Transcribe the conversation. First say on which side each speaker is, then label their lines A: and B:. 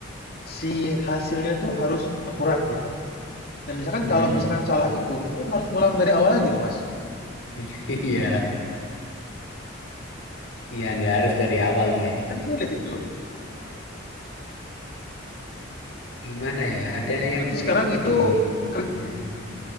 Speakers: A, on the left; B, on the left.
A: si hasilnya tuh harus akurat gitu. Nah, misalkan
B: hmm
A: kalau misalkan salah hitung, itu kan harus ngulang dari awal lagi tuh, Mas.
B: <laughs> iya iya nggak harus dari awal sih
A: Kan sulit itu.
B: gimana ya ada yang
A: Berarti
B: unik
A: sekarang
B: sih
A: itu
B: di
A: keren,
B: eh,